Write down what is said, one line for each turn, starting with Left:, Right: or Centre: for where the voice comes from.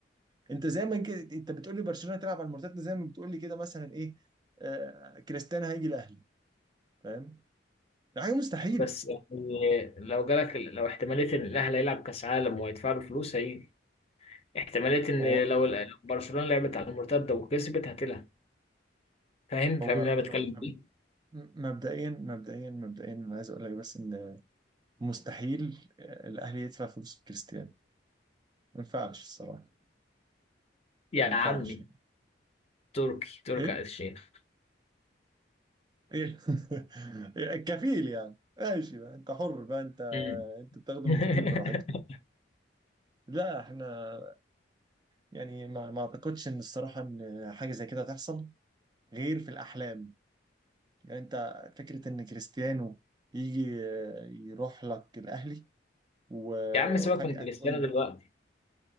Right: انت زي ما كده انت بتقول لي برشلونة تلعب على المرتدة زي ما بتقول لي كده مثلا ايه آه كريستيانو هيجي الاهلي فاهم دي حاجه مستحيله
Left: بس يعني لو جالك لو احتمالية ان الاهلي هيلعب كاس عالم وهيدفع له فلوس هيجي احتمالية ان
Right: هو
Left: لو ال- لو برشلونة لعبت على المرتدة وكسبت هتلعب فاهم
Right: هو
Left: فاهم اللي انا
Right: م-
Left: بتكلم فيه
Right: م- مبدئيا مبدئيا مبدئيا انا عايز اقول لك بس ان مستحيل الاهلي يدفع فلوس كريستيانو ما ينفعش الصراحه
Left: يا
Right: ما ينفعش
Left: عمي
Right: يعني.
Left: تركي تركي
Right: ايه
Left: آل الشيخ
Right: ايه <laughs> إيه؟ الكفيل يعني ماشي بقى انت حر بقى انت
Left: مم.
Right: انت بتاخده
Left: <laughs>
Right: من كفيل براحتك لا احنا يعني ما, ما اعتقدش ان الصراحه ان حاجه زي كده تحصل غير في الاحلام يعني انت فكره ان كريستيانو يجي يروح لك الاهلي و-
Left: يا عم سيبك
Right: وفجأة
Left: من كريستيانو
Right: تقول لي
Left: دلوقتي